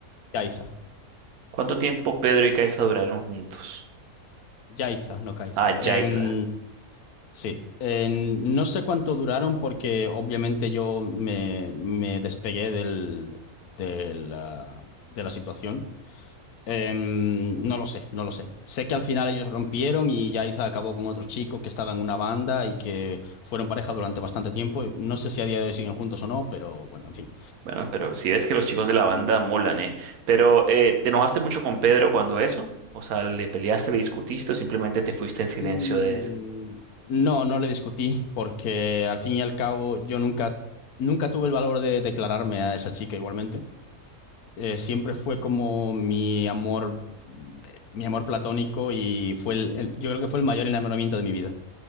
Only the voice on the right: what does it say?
¿Cuánto tiempo Pedro y Kaisa duraron juntos?
Ah,
Yaisa.
Bueno, pero si ves que los chicos de la banda molan, ¿eh? Pero, eh, ¿te enojaste mucho con Pedro cuando eso? O sea, ¿le peleaste, le discutiste o simplemente te fuiste en silencio
de eso?